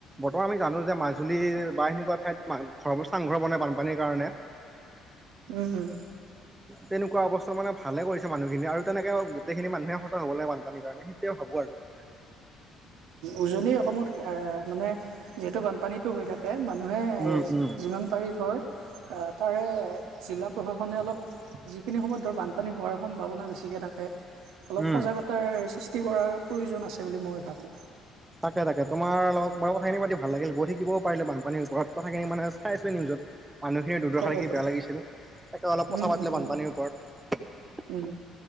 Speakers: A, on the right; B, on the right.
A: বৰ্তমান আমি জানো যে মা জুলি বা সেনেকুৱা ঠাইত ঘৰৰোৰ চাংঘৰ বনে বানপানীৰ কাৰণে।
B: উম, উম,
A: তেনেকুৱা অৱস্থা মানে ভালে কৰিছে মানুহখিনি আৰু তেনেকে গোটেইখিনি মানুহে সজাগ হ'বলৈ বানপানীৰ কাৰণে সিটো ভাবো আৰু।
B: উজনি অসমত মানে যিহেতু বানপানীটো হৈ থাকে। তাক মানুহে
A: উম উম
B: যিমান পাৰি ধৰ আ তাৰে জিলা প্ৰশাসনে অলপ। যিখিনি সময়ত ধৰ বানপানী হোৱাৰ সম্ভাৱনা বেছিকে থাকে অলপ
A: উম।
B: সজাগতাৰ চ তিৰ, কৰাৰ প্ৰয়োজন আছে বুলি মই ভাবোঁ।
A: তাকে তাকে তোমাৰ লগত বাৰু কথাখিনিও পাতি ভাল লাগিল গৈ থাকিবও পাৰে বানপানীৰ ওপৰত কথাখিনি মানে চাইছো নিউজত। মানুহখিনিৰ দুৰ্দৰ্শা
B: তাকেতো
A: দেখি বেয়া লাগিছিল তাকে অলপ কথা
B: উম
A: পাতিলে
B: উম
A: বানপানীৰ
B: উম
A: ওপৰত।
B: উম